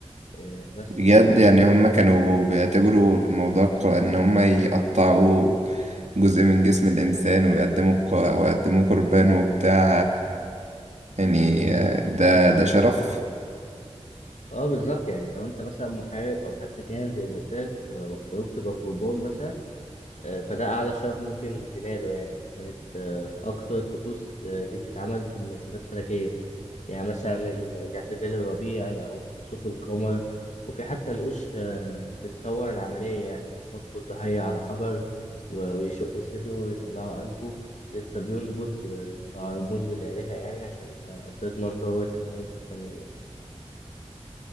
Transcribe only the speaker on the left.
آه، بس
اه بالظبط يعني لو انت مثلا محارب او حتى كاهن زي ما قلت لك و- واختاروك تبقى قربان مثلا آه، فده أعلى شرف ممكن تناله يعني كانت آه، أكتر الطقوس آه، دي بتتعمل في مناسبات فلكية يعني مثلا ال- الاعتدال الربيعي أو خسوف القمر وفي حتى نقوش آه، بتصور العملية يعني بيحطوا الضحية على حجر و- ويشقوا صدره ويطلعوا قلبه لسه بينبض آه، تعربون للآلهة يعني عشان آه، تضمن دورة الحياة الاستمرارية.